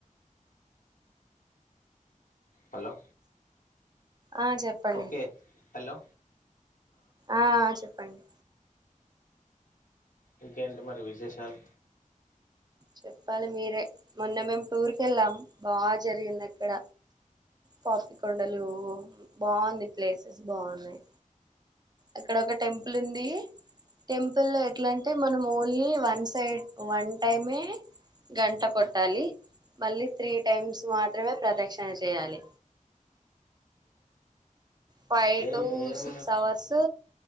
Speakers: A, on the left; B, on the right.
A: హలో
B: ఆ చెప్పండి
A: ఓకే హలో
B: ఆ చెప్పండి
A: ఇంకేంటి మరి విశేషాలు
B: చెప్పాలి మీరే మొన్న మేము టూర్ కి వెళ్ళాం బాగా జరిగింది అక్కడ పాప్ కొండలు బాగుంది ప్లేసెస్ బాగున్నాయి అక్కడ ఒక టెంపుల్ ఉంది టెంప్ పుల్ ఎట్లా అంటే మనం only one side one time ఏ గంట కొట్టాలి మళ్ళీ త్రీ టైమ్స్ మాత్రమే ప్రదక్షిణ చేయాలి ఫైవ్
A: ఏం
B: టు
A: ఏం
B: సిక్స్ అవర్స్